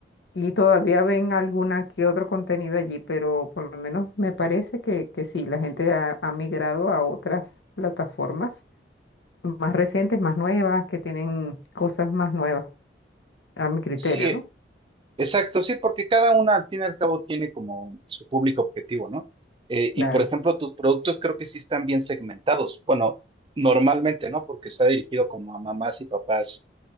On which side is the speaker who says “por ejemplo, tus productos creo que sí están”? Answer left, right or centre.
Right